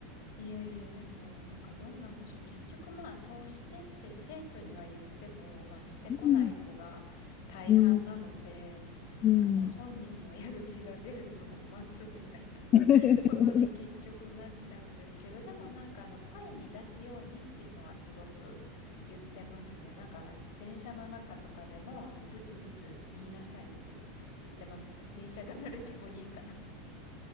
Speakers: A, on the left; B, on the left.
A: いえいえ、でも、なんかどうなんでしょう。結局まあ、そうしてって生徒には言っても、まあ、してこない子が大半なので、
B: うんうん
A: なんかまあ、
B: うん
A: 本人の <laughs> やる気が出るのを待つみたいな
B: <laughs>
A: <laughs> ことに結局なっちゃうんですけど、でもなんかあの、声に出すようにっていうのはすごく言ってますね。なんか、電車の中とかでも、あの、ブツブツ言いなさいって言ってます。不審者がられてもいいから。